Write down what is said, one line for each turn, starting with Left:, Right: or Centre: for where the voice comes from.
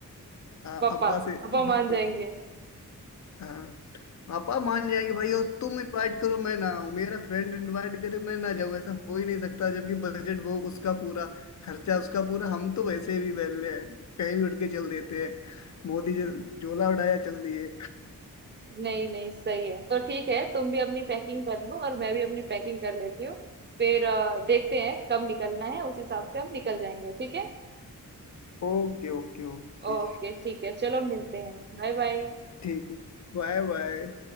Left: हाँ,
Right: पापा
Left: अब्बा से
Right: पापा
Left: अब्बा
Right: मान
Left: से
Right: जाएंगे
Left: हाँ पापा मान जाएंगे भाई और तुम इनवाइट करो मैं ना आऊं मेरा फ्रेंड इनवाइट करे मैं ना जाऊं ऐसा हो ही नहीं सकता जबकि बजट वो उसका पूरा खर्चा उसका पूरा हम तो वैसे भी बैले हैं कहीं भी उठ के चल देते हैं मोदी जी झोला उठाया चल दिए
Right: नहीं नहीं सही है तो ठीक है तुम भी अपनी पैकिंग कर लो और मैं भी अपनी पैकिंग कर लेती हूँ फिर अ, देखते हैं कब निकलना है उस हिसाब से हम निकल जाएंगे ठीक है
Left: ओके ओके ओके
Right: ओके ठीक है चलो मिलते हैं Bye bye
Left: ठीक है Bye bye